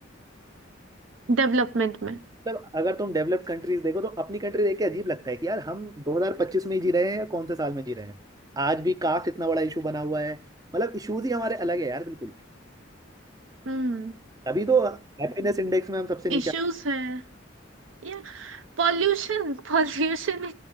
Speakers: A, on the right (about 80°); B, on the right (about 20°).
A: डेवलपमेंट में
B: मतलब अगर तुम डेवलप्ड कंट्रीज देखो तो अपनी कंट्री देख के अजीब लगता है कि यार हम 2025 में ही जी रहे हैं या कौन से साल में जी रहे हैं आज भी कास्ट इतना बड़ा इशू बना हुआ है मतलब इश्यूज ही हमारे अलग है यार बिल्कुल
A: हम्म
B: तभी तो हैप्पीनेस इंडेक्स में हम सबसे नीचे
A: इश्यूज है या पॉल्यूशन पॉल्यूशन